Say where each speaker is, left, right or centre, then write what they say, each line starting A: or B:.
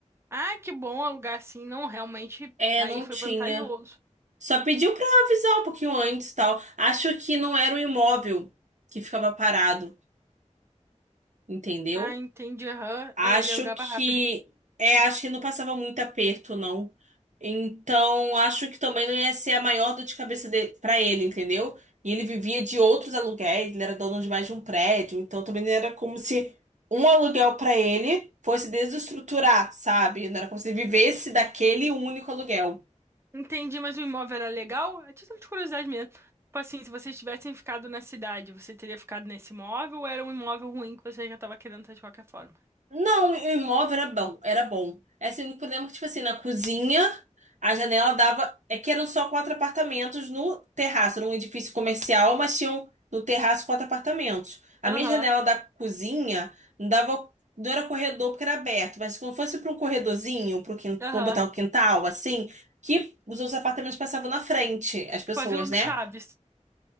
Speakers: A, on the right (about 20°); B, on the right (about 75°).
A: Ah, que bom alugar assim. Não, realmente
B: É,
A: aí
B: não
A: foi
B: tinha.
A: vantajoso.
B: Só pediu pra avisar um pouquinho antes e tal. Acho que não era o imóvel que ficava parado, entendeu?
A: Ah, entendi. Aham.
B: Acho
A: É, ele alugava
B: que
A: rápido.
B: é, acho que não passava muito aperto, não. Então, acho que também não ia ser a maior dor de cabeça de, para ele, entendeu? E ele vivia de outros aluguéis, ele era dono de mais de um prédio, então também não era como se um aluguel para ele fosse desestruturar, sabe? Não era como se ele vivesse daquele único aluguel.
A: Entendi, mas o imóvel era legal? É título de curiosidade mesmo. Tipo assim, se vocês tivessem ficado na cidade, você teria ficado nesse imóvel ou era um imóvel ruim que você já tava querendo ter de qualquer forma?
B: Não, o imóvel era bom, era bom. É assim, o problema é que, tipo assim, na cozinha, a janela dava. É que eram só quatro apartamentos no terraço, era um edifício comercial, mas tinham no terraço quatro apartamentos. A
A: Aham,
B: minha janela da cozinha não dava. Não era corredor porque era aberto, mas como fosse para um corredorzinho, para
A: aham.
B: botar um quintal, assim, que os outros apartamentos passavam na frente, as pessoas,
A: Tipo a Vila do
B: né?
A: Chaves.